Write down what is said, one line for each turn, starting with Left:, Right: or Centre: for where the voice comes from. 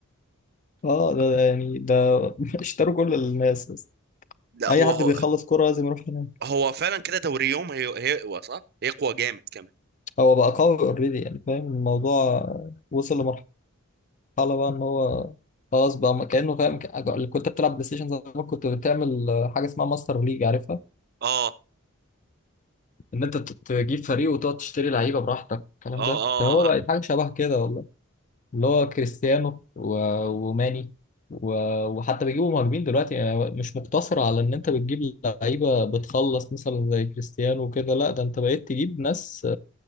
Left: اه ده ده يعني ده <laughs> اشتروا كل الناس بس.
Right: لا هو
Left: اي حد
Right: هو
Left: بيخلص كره لازم يروح هناك
Right: هو فعلا كده دوري يوم هي... هيقوى صح؟ هيقوى جامد كمان
Left: هو بقى قوي اوريدي يعني فاهم الموضوع وصل لمرحله بقى ان هو خلاص بقى ما- كانه فاهم ك- اللي كنت بتلعب بلاي ستيشن زمان كنت بتعمل حاجه اسمها ماستر ليج عارفها
Right: اه
Left: ان انت ت- تجيب فريق وتقعد تشتري لعيبه براحتك الكلام
Right: اه
Left: ده
Right: اه
Left: فهو بقى حاجه شبه كده والله اللي هو كريستيانو و- وماني و- وحتى بيجيبوا مهاجمين دلوقتي يعني مش مقتصر على ان انت بتجيب لعيبه بتخلص مثلا زي كريستيانو وكده لا ده انت بقيت تجيب ناس